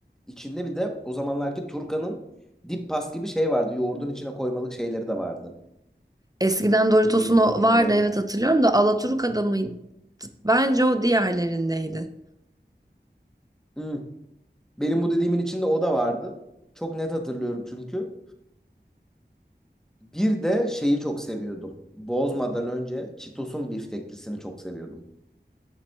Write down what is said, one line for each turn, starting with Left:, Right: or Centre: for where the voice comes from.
Centre: içinde bir de o zamanlarki Turkan'ın dip pas gibi şey vardı. Yoğurdun içine koymalık şeyleri de vardı.
Right: Eskiden Doritos'un
Centre: Benim
Right: o
Centre: dediğim
Right: vardı
Centre: olanın.
Right: evet hatırlıyorum da Alaturka'da mıydı? Bence o diğerlerindeydi.
Centre: Hmm. Benim bu dediğimin içinde o da vardı. Çok net hatırlıyorum çünkü. Bir de şeyi çok seviyordum. Bozmadan önce Cheetos'un bifteklisini çok seviyordum.